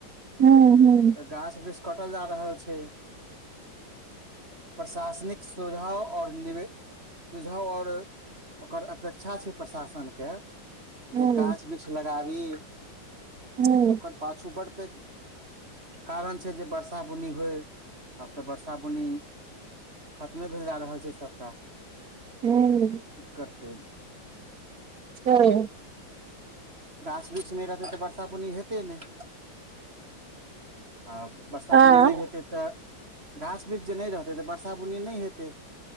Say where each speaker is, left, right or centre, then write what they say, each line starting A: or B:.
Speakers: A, on the right (about 50°); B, on the right (about 30°).
A: हूँ हूँ
B: तऽ गाछ वृक्ष कटल जा रहल छै प्रशासनिक सुझाव आऔर निव सुझाव आओर ओकर अपेक्षा छै प्रशासनके
A: हूँ
B: जे गाछ वृक्ष लगाबी
A: हूँ
B: तऽ ओकर पाछू बड़ पे कारण छै जे वर्षा बुन्नी होइ तऽ वर्षा बुन्नी खतमे भेल जा रहल छै सबटा
A: हूँ
B: करत
A: हँ
B: गाछ वृक्ष नहि रहतै तऽ वर्षा बुन्नी हेतै नहि आ वर्षा
A: आँ
B: बुन्नी नहि हेतै तऽ गाछ वृक्ष जे नहि रहतै तऽ वर्षा बुन्नी नहि हेतै